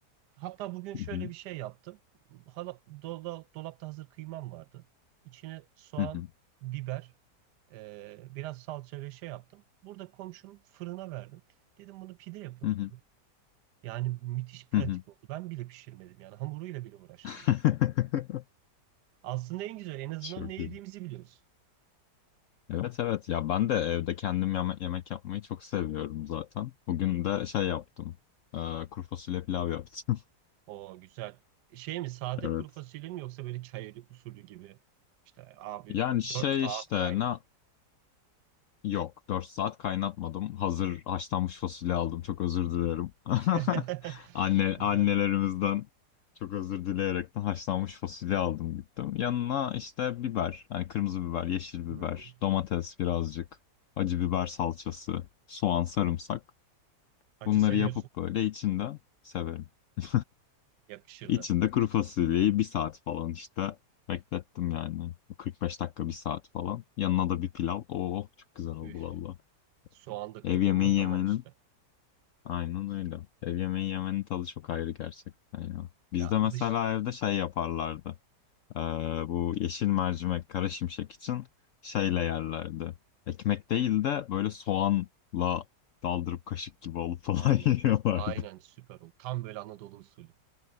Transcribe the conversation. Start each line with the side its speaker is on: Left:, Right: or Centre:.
Right: Hatta bugün şöyle
Left: Hı hı,
Right: bir şey yaptım. Hala, dola- dolapta hazır kıymam vardı. İçine soğan,
Left: hı hı,
Right: biber, e, biraz salça ve şey yaptım. Burada komşum fırına verdim. Dedim bunu pide yapın.
Left: hı hı,
Right: Yani müthiş pratik
Left: hı hı.
Right: oldu. Ben bile pişirmedim yani hamuruyla bile uğraşmadım.
Left: <laughs>
Right: Aslında en güzel en azından
Left: Çok
Right: ne yediğimizi
Left: iyi.
Right: biliyoruz.
Left: Evet evet ya ben de evde kendim yeme- yemek yapmayı çok seviyorum zaten. Bugün de şey yaptım. Ee, kuru fasulye pilav yaptım.
Right: O güzel. Şey mi sade
Left: <laughs> Evet.
Right: kuru fasulye mi yoksa böyle çay usulü gibi? İşte abi
Left: Yani şey
Right: 4 saat
Left: işte
Right: kaynar.
Left: ne Yok, 4 saat kaynatmadım. Hazır haşlanmış fasulye aldım. Çok özür dilerim.
Right: <laughs>
Left: <laughs> Anne
Right: Güzel.
Left: annelerimizden çok özür dileyerekten haşlanmış fasulye aldım gittim. Yanına işte biber, hani kırmızı biber, yeşil biber,
Right: Hı hı.
Left: domates birazcık, acı biber salçası, soğan, sarımsak.
Right: Acı
Left: Bunları
Right: seviyorsun.
Left: yapıp böyle içinde severim. <laughs>
Right: Yakışır
Left: İçinde
Right: da.
Left: kuru fasulyeyi bir saat falan işte beklettim yani. kırk beş dakika bir saat falan. Yanına da bir pilav. Oo çok güzel oldu
Right: Üf.
Left: valla.
Right: Soğan da
Left: Ev
Right: kırdın
Left: yemeği
Right: mı tamam
Left: yemenin
Right: işte.
Left: aynen öyle. Ev yemeği yemenin tadı çok ayrı gerçekten ya. Bizde
Right: Ya
Left: mesela
Right: dış.
Left: evde şey yaparlardı. Ee, bu yeşil mercimek, kara şimşek için şeyle yerlerdi. Ekmek değil de böyle soğanla daldırıp kaşık gibi alıp falan
Right: Aynen.
Left: <laughs> yiyorlardı.
Right: Aynen süper oldu. Tam böyle Anadolu usulü.